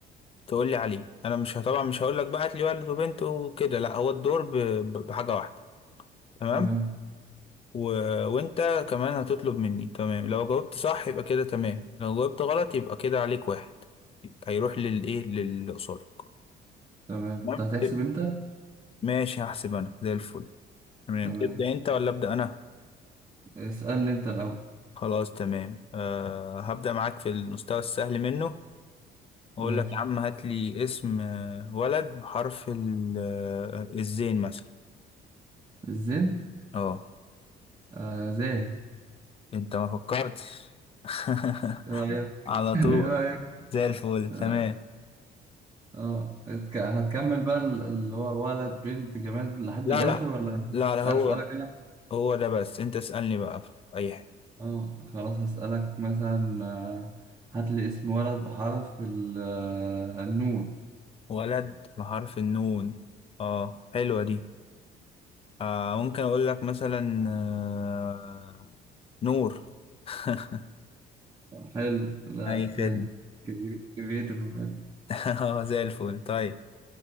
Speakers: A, on the left (about 35°); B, on the right (about 20°).
A: تقول لي عليه انا مش طبعا مش هقول لك بقى هات لي ولد وبنت وكده لا هو الدور ب- ب- بحاجة واحدة تمام
B: تمام
A: و... وانت كمان هتطلب مني تمام لو جاوبت صح يبقى كده تمام لو جاوبت غلط يبقى كده عليك واحد هيروح للايه للي قصادك
B: تمام
A: تمام
B: انت هتحسب
A: كده.
B: انت
A: ماشي هحسب انا زي الفل تمام
B: تمام
A: تبدأ انت ولا ابدأ انا
B: اسألني انت الاول
A: خلاص تمام أه هبدأ معاك في المستوى السهل منه اقول
B: ماشي
A: لك يا عم هات لي اسم آه، ولد بحرف ال- آه، الزين مثلا
B: الزن
A: اه
B: آه زاهي
A: انت ما فكرتش <laughs>
B: ايه رايك <laughs>
A: على
B: ايه
A: طول
B: رايك
A: زي الفل تمام
B: اه آه. هتك- هتكمل بقى ال- اللي هو ولد بنت جماد لحد
A: لا
B: الاخر
A: لا
B: ولا
A: لا لا هو
B: اسألك انا
A: هو ده بس انت اسألني بقى في اي حاجة
B: اه خلاص هسألك مثلا آه، هات لي اسم ولد بحرف ال- آه، النون
A: ولد بحرف النون اه حلوة دي آه ممكن اقول لك مثلا آه نور <laughs>
B: حلو لا
A: اي خدمة
B: حلو كرييتيف حلو
A: <laughs> اه زي الفل طيب